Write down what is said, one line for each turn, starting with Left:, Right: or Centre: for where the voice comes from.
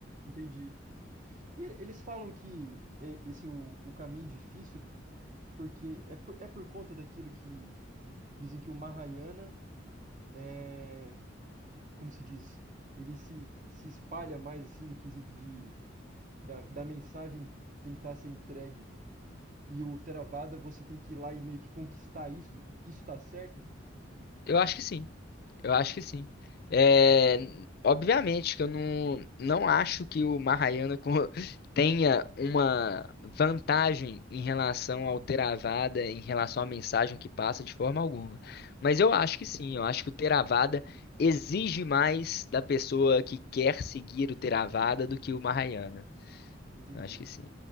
Right: Entendi. E eles falam que é esse o, o caminho difícil porque é por, é por conta daquilo que dizem que o Mahayana é, como se diz, ele se, se espalha mais assim no quesito de da, da mensagem tentar ser entregue e o Theravada você tem que ir lá e meio que conquistar isso. Isso tá certo?
Left: Eu acho que sim. Eu acho que sim. É, obviamente que eu não, não acho que o Mahayana co- <laughs> tenha uma vantagem em relação ao Theravada, em relação à mensagem que passa de forma alguma. Mas eu acho que sim, eu acho que o Theravada exige mais da pessoa que quer seguir o Theravada do que o Mahayana.
Right: Entendi,
Left: Eu acho que sim.